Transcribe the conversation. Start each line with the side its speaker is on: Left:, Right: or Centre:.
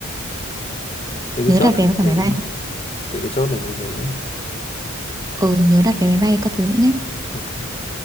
Left: thế cứ
Right: Nhớ
Left: chốt
Right: đặt
Left: là
Right: vé
Left: như
Right: với cả
Left: thế
Right: máy bay
Left: nhá thế cứ chốt là như thế nhá
Right: Ừ nhớ đặt vé máy bay các thứ nữa nhá
Left: ok